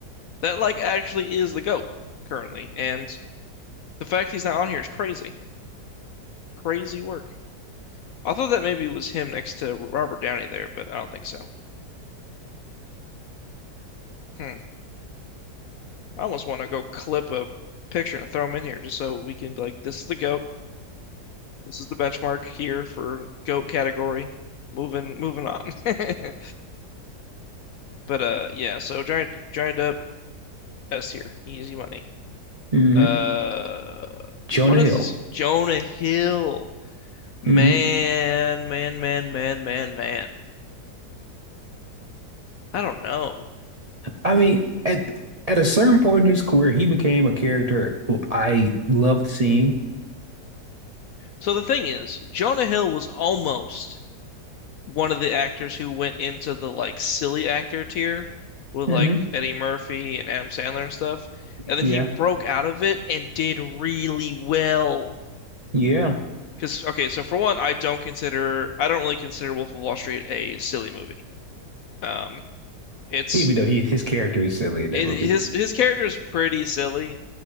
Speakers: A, on the left; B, on the right.
A: That like actually is the GOAT currently, and the fact he's not on here is crazy. Crazy work. I thought that maybe it was him next to Robert Downey there, but I don't think so. Hmm. I almost want to go clip a picture and throw him in here just so we can be like, this is the GOAT. This is the benchmark here for GOAT category. Moving moving on. <laughs> But uh yeah, so giant giant up S here. Easy money.
B: hmm
A: Uh what
B: Jonah Hill.
A: is this? Jonah Hill. Man,
B: hmm
A: man, man, man, man, man. I don't know.
B: I mean, at at a certain point in his career, he became a character who I loved seeing.
A: So the thing is, Jonah Hill was almost one of the actors who went into the like silly actor tier with
B: hmm
A: like Eddie Murphy and Adam Sandler and stuff. And then
B: Yeah,
A: he broke out of it and did really well.
B: yeah.
A: Because, okay, so for one, I don't consider, I don't really consider Wolf of Wall Street a silly movie. Um, it's
B: Even though he his character is silly in that
A: it,
B: movie.
A: his his character is pretty silly,